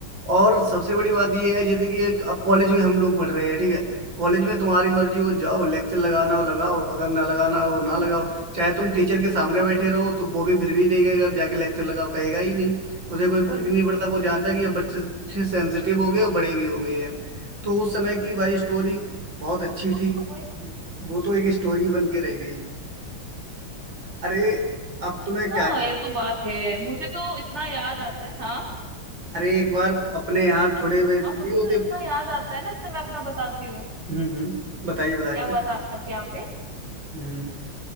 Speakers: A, on the right (about 65°); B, on the right (about 30°).
A: और सबसे बड़ी बात यह है जैसे कि एक अब कॉलेज में हम लोग पढ़ रहे हैं ठीक है कॉलेज में तुम्हारी मर्जी हो जाओ लेक्चर लगाना हो लगाओ अगर ना लगाना हो ना लगाओ चाहे तुम टीचर के सामने बैठे रहो तो वो भी फिर भी नहीं कहेगा जाके लेक्चर लगाओ कहेगा ही नहीं उसे कोई फर्क ही नहीं पड़ता वो जानता कि अब बच्चे सेंसिटिव हो गए और बड़े भी हो गए हैं तो उस समय की भाई स्टोरी बहुत अच्छी
B: तो
A: थी
B: वही-
A: वो तो एक स्टोरी बन के रह गई अरे अब तुम्हें क्या
B: हाँ ये तो बात है मुझे तो इतना याद आता है हाँ
A: अरे एक बार अपने यहाँ थोड़े वे-
B: हाँ मुझे
A: नहीं होते
B: तो इतना याद आता है ना इसलिए मैं अपना बताती हूँ
A: हम्म हम्म बताइए बताइए
B: क्या हुआ था आपके यहाँ पे
A: हम्म